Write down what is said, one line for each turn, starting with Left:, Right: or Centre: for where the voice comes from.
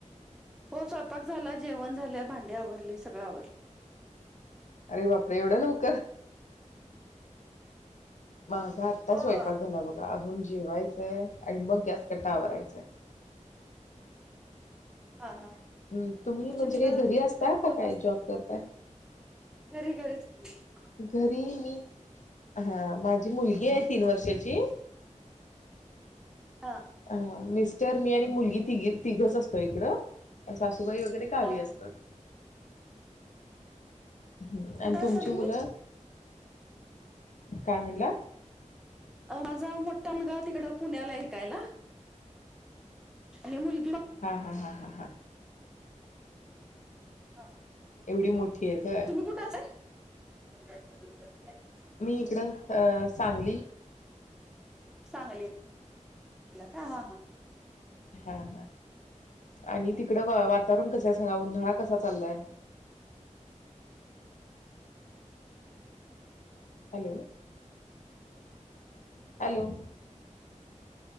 Centre: हो स्वयंपाक झाला, जेवण झालं, भांडी आवरली, सगळं आवरलं.
Left: अरे, बापरे एवढं लवकर? माझा आत्ता
Centre: हो
Left: स्वयंपाक झाला बघ अजून जेवायचंय आणि मग गॅस कट्टा आवरायचा.
Centre: हा हा
Left: हम्म, तुम्ही
Centre: तुझी
Left: म्हणजे
Centre: मुलं
Left: काही घरी असता
Centre: घरात कोण
Left: का काय
Centre: असतय,
Left: जॉब करताय
Centre: घरी घरीच <unintelligible>
Left: घरी मी हा माझी मुलगी आहे तीन वर्षाची
Centre: हा
Left: हा मिस तर मी आणि मुलगी तिघी तिघच असतो इकडं सासूबाई वगैरे गावी
Centre: हा
Left: असतात. हम्म
Centre: कुठे
Left: आणि तुमची
Centre: असता तुम्ही
Left: मुलं? काय म्हणला
Centre: माझा मोठा मुलगा तिकडं पुण्याला हाय हीकायला आणि मुल
Left: हा हा हा हा हा
Centre: हा
Left: एवढी मोठी आहेत होय
Centre: तुम्ही कुठ असय <unintelligible>
Left: मी इकडं अ अ सांगली
Centre: सांगली ला का हा हा
Left: हा हा आणि तिकडं व वातावरण कसं आहे सांगा उन्हळा कसा चाललाय. हॅलो हॅलो